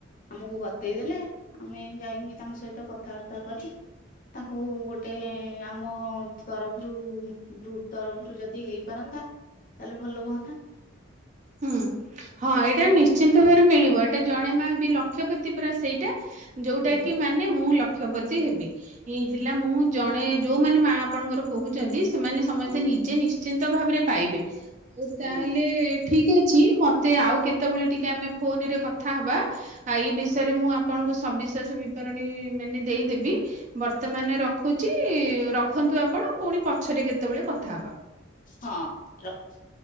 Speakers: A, on the left (about 45°); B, on the right (about 40°).
A: ଆମକୁ ବତେଇ ଦେଲେ ଆମେ ଯାଇକି ତାଙ୍କ ସହିତ କଥାବାର୍ତ୍ତା କରି ତାଙ୍କୁ ଗୋଟେ ଆମ ତରଫରୁ। ଗ୍ରୁପ ତରଫରୁ ଯଦି ହେଇପାରନ୍ତା ତାହେଲେ ଭଲ ହୁଅନ୍ତା।
B: ହୁଁ ହଁ ଏଇଟା ନିଶ୍ଚିନ୍ତ ଭାବରେ ମିଳିବ ଏଇଟା ଜଣେ ମା ବି ଲକ୍ଷପତି ପୁରା ସେଇଟା। ଯୋଉଟା
A: ହୁଁ
B: କି ମାନେ ମୁଁ ଲ କ୍ଷପତି ହେବି ହେଲା ମୁଁ ଜଣେ ଯୋଉମାନେ ମା ଆପଣଙ୍କର କହୁଛନ୍ତି ସେମାନେ ସମସ୍ତେ
A: ହଁ
B: ନିଜେ ନିଶ୍ଚିନ୍ତ ଭାବରେ ପାଇବେ। ଓଉ
A: ହଁ
B: ତାହେଲେ ଠିକ ଅଛି ମତେ ଆଉ କେତେବେଳେ ଟିକେ ଆମେ ଫୋନ ରେ କଥାହବା ଆଉ ଏଇ ବିଷୟରେ ମୁଁ ଆପଣଙ୍କୁ ସବିଶ୍ୱାସ ବିବରଣୀ ମାନେ ଦେଇଦେବି ବର୍ତ୍ତମାନ ରଖୁଛି ରଖନ୍ତୁ ଆପଣ ପୁଣି ପଛରେ କେତେବେଳେ କଥାହବା?
A: ହଁ ରଖ।